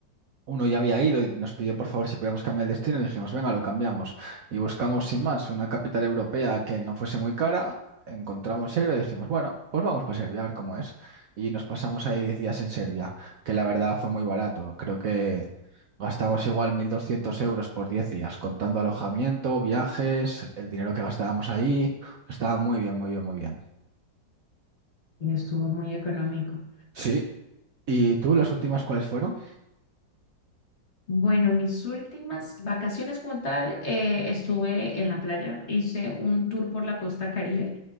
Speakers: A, on the right; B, on the left.
A: uno ya había ido y nos pidió por favor si podíamos cambiar el destino. Y dijimos, venga, lo cambiamos. Y buscamos, sin más, una capital europea que no fuese muy cara. Encontramos Serbia y dijimos, bueno, pues vamos para Serbia, a ver cómo es. Y nos pasamos ahí 10 días en Serbia, que la verdad fue muy barato. Creo que gastamos igual 1.200 euros por 10 días, contando alojamiento, viajes, el dinero que gastábamos ahí. Estaba muy bien, muy bien, muy bien.
B: y estuvo muy económico.
A: Sí, ¿Y tú, las últimas cuáles fueron?
B: Bueno, mis últimas vacaciones como tal, eh, estuve en la playa, hice un tour por la costa Caribe,